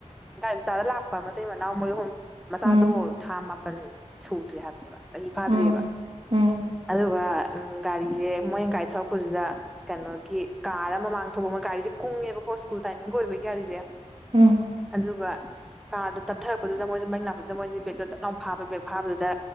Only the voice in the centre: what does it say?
ꯒꯥꯔꯤ ꯃꯆꯥꯗ ꯂꯥꯛꯄ ꯃꯇꯩ ꯃꯅꯥꯎ ꯃꯣꯏ ꯑꯍꯨꯝ ꯃꯆꯥꯗꯣ
ꯊꯥ ꯃꯥꯄꯜ ꯁꯨꯗ꯭ꯔꯤ ꯍꯥꯏꯕꯅꯦꯕ ꯆꯍꯤ ꯐꯥꯗ꯭ꯔꯤꯌꯦꯕ
ꯑꯗꯨꯒ ꯒꯥꯔꯤꯁꯦ ꯃꯣꯏꯅ ꯒꯥꯔꯤ ꯊꯧꯔꯛꯄꯁꯤꯗ ꯀꯩꯅꯣꯒꯤ ꯀꯥꯔ ꯑꯃ ꯃꯃꯥꯡ ꯊꯧꯕ ꯒꯥꯔꯤꯁꯦ ꯀꯨꯡꯉꯦꯕꯀꯣ ꯁ꯭ꯀꯨꯜ ꯇꯥꯏꯃꯤꯡꯒ ꯑꯣꯏꯕꯒꯤ ꯒꯥꯔꯤꯁꯦ
ꯑꯗꯨꯒ ꯀꯥꯔꯗꯣ ꯇꯞꯊꯔꯛꯄꯗꯨꯗ ꯃꯣꯏꯁꯦ ꯃꯅꯤꯡ ꯂꯥꯛꯄꯗꯨꯗ ꯃꯣꯏꯁꯦ ꯕꯔ꯭ꯦꯛ ꯆꯞ ꯂꯥꯎꯅ ꯐꯥꯕ ꯕꯔ꯭ꯦꯛ ꯐꯥꯕꯗꯨꯗ